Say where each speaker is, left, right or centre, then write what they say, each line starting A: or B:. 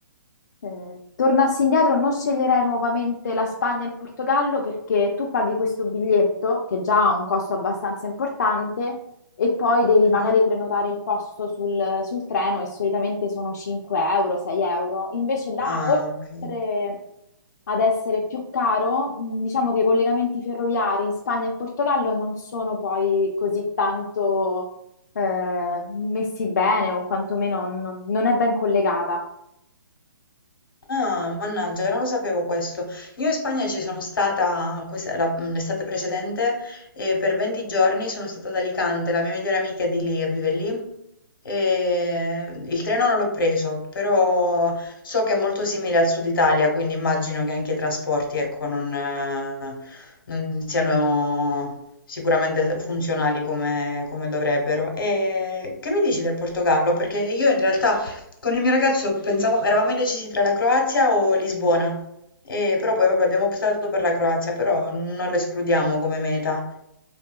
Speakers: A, on the left; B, on the left.
A: eh, tornassi indietro, non sceglierei nuovamente la Spagna e il Portogallo perché tu paghi questo biglietto, che già ha un costo abbastanza importante, e poi devi
B: Mhm.
A: magari prenotare il posto sul, sul treno e solitamente sono 5 euro, 6 euro. Invece là,
B: Ah,
A: oltre
B: ok.
A: ad essere più caro, mh, diciamo che i collegamenti ferroviari in Spagna e Portogallo non sono poi così tanto eh, messi bene o quantomeno non non è ben collegata.
B: Ah, mannaggia, non lo sapevo questo. Io in Spagna ci sono stata questa- la- mm, l'estate precedente e per 20 giorni sono stata ad Alicante, la mia migliore amica è di lì e vive lì. E il treno non l'ho preso, però so che è molto simile al sud Italia, quindi immagino che anche i trasporti, ecco, non, eh, non siano sicuramente funzionali come, come dovrebbero. E che mi dici del Portogallo? Perché io in realtà... Con il mio ragazzo pensavamo, eravamo indecisi tra la Croazia o Lisbona, e, però poi vabbè, abbiamo optato per la Croazia, però non lo escludiamo come meta.